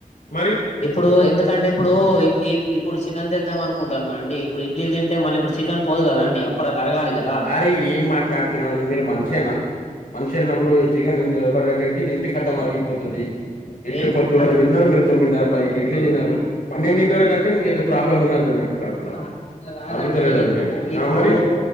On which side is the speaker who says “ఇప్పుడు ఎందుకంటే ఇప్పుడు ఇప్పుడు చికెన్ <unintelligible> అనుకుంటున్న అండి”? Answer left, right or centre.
Left